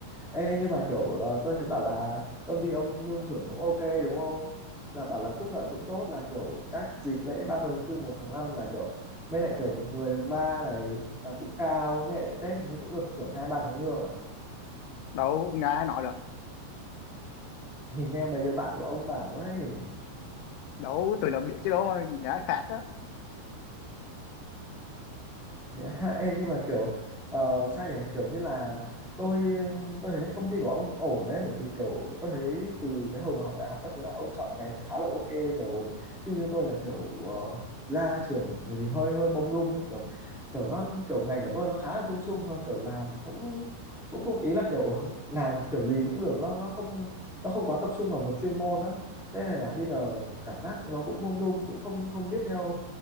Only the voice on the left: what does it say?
đâu nghe nói được
đâu tụi nó biết chứ đâu mà nghe phạt á